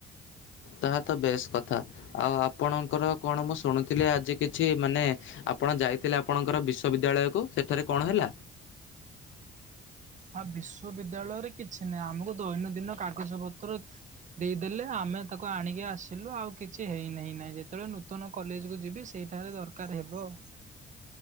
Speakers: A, on the left; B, on the right.
A: ତାହା ତ ବେଶ କଥା ଆଉ ଆପଣଙ୍କର କଣ ମୁଁ ଶୁଣୁଥିଲି ଆଜି କିଛି ମାନେ ଆପଣ ଯାଇଥିଲେ ଆପଣଙ୍କର ବିଶ୍୍ୱବିଦ୍ୟାଳୟକୁ ସେଠାରେ କଣ ହେଲା।
B: ହଁ ବିଶ୍ୱବିଦ୍ୟାଳୟରେ କିଛି ନାହିଁ ଆମକୁ ଦୈନନ୍ଦିନ କାଗଜ ପତ୍ର ଦେଇଦେଲେ ଆମେ ତାକୁ ଆଣିକି ଆସିଲୁ ଆଉ କିଛି ହେଇନହିଁ ନାହିଁ ଯେତେବେଳେ ନୂତନ କଲେଜକୁ ଯିବି ସେଇଠାରେ ଦରକାର ଦରକାର ହେବ